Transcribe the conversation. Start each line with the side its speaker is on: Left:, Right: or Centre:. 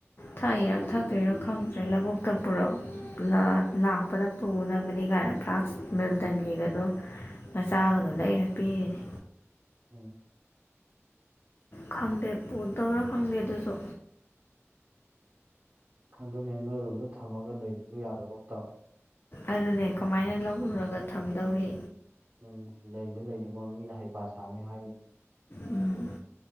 Left: ꯊꯛꯏꯔꯥ
Right: ꯎꯝ
Left: ꯊꯛꯇ꯭ꯔꯤꯔꯥ ꯈꯪꯗ꯭ꯔꯦ ꯂꯧꯕꯨꯛꯇ ꯄꯨꯔꯝ ꯂ ꯂꯥꯛꯄꯗ ꯄꯨꯅꯕꯅꯤ ꯀꯥꯏꯅ ꯐ꯭ꯂꯥꯛꯁ ꯃꯤꯜꯇꯟꯒꯤꯒꯗꯣ ꯃꯆꯥꯒꯗꯣ ꯂꯩꯔ ꯄꯤꯔꯤꯅꯤ
Right: ꯎꯝ
Left: ꯈꯪꯗꯦ ꯄꯨꯗꯕꯔ ꯈꯪꯗꯦ ꯑꯗꯨꯁꯨ
Right: ꯑꯗꯨꯅꯦ ꯅꯣꯏꯔꯣꯝꯗ ꯊꯝꯃꯒ ꯂꯩꯕꯖꯨ ꯌꯥꯗꯒꯨꯝ ꯇꯧ
Left: ꯑꯗꯨꯅꯦ ꯀꯃꯥꯏꯅ ꯂꯧꯔꯨꯔꯒ ꯊꯝꯗꯧꯔꯤ
Right: ꯎꯝ ꯂꯩꯖꯨ ꯂꯩꯅꯤꯡꯉꯣꯏ ꯃꯤꯅ ꯍꯩꯄꯥ ꯁꯥꯅꯤ ꯍꯥꯏꯅꯤ
Left: ꯎꯝ,